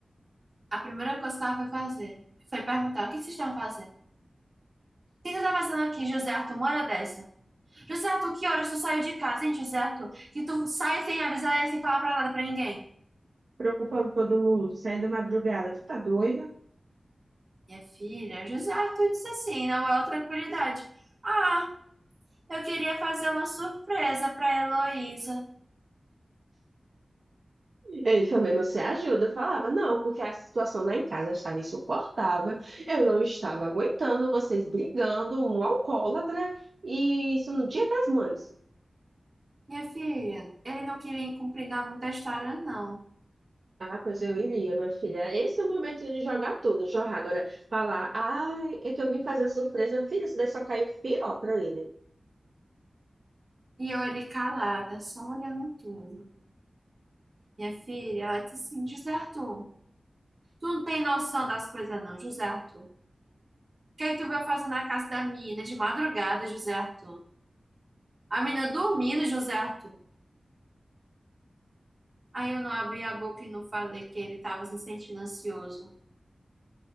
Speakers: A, on the right; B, on the right.
A: a primeira coisa que ela foi fazer foi perguntar: o que que vocês estavam fazendo? O que você está fazendo aqui, José Arthur, uma hora dessa? José Arthur, que horas tu saiu de casa, hein, José Arthur? Que tu sai sem avisar e sem falar pra nada pra ninguém.
B: preocupando todo mundo, saindo madrugada. Tu tá doido?
A: Minha filha, José Arthur disse assim, na maior tranquilidade. Ah, eu queria fazer uma surpresa pra Heloísa.
B: Ele também não se ajuda. Eu Falava, não, porque a situação lá em casa estava insuportável, eu não estava aguentando vocês brigando, um alcoólatra, e isso no Dia das Mães.
A: Minha filha, ele não queria encomendar muita história, não.
B: Ah, pois eu iria, minha filha. Esse é o momento de jogar tudo, jogar. Agora, falar, ai, é que eu vim fazer uma surpresa, minha filha, isso daí só caiu pior pra ele.
A: E eu ali calada, só olhando tudo. Minha filha, ela disse assim, José Arthur, tu não tem noção das coisas, não, José Arthur. O que é que tu veio fazer na casa da menina de madrugada, José Arthur? A menina dormindo, José Arthur. Aí eu não abri a boca e não falei que ele estava se sentindo ansioso